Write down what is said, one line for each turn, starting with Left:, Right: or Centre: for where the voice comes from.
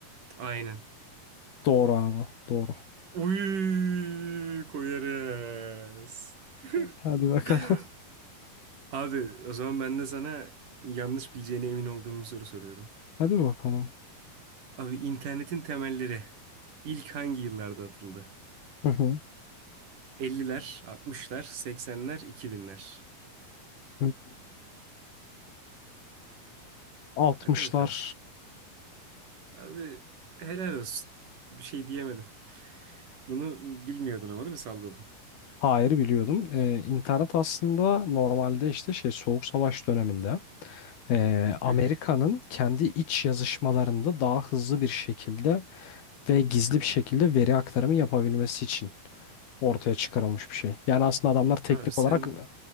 Right: Aynen.
Left: Doğru abi. Doğru.
Right: Uy koyarız.
Left: Hadi bakalım.
Right: <gasps>
Left: <laughs>
Right: <laughs> Abi o zaman ben de sana yanlış bileceğine emin olduğum bir soru soruyorum.
Left: Hadi bakalım.
Right: Abi internetin temelleri ilk hangi yıllarda atıldı?
Left: Hı hı.
Right: 50'ler, 60'lar, 80'ler, 2000'ler.
Left: Hı. 60'lar.
Right: Hadi bakalım. Abi helal olsun. Bir şey diyemedim. Bunu bilmiyordun ama değil mi salladın?
Left: Hayır biliyordum. Ee, internet aslında normalde işte şey Soğuk Savaş döneminde ee, Amerika'nın
Right: Hı hı.
Left: kendi iç yazışmalarında daha hızlı bir şekilde ve gizli bir şekilde veri aktarımı yapabilmesi için ortaya çıkarılmış bir şey. Yani aslında adamlar teknik
Right: Abi sen
Left: olarak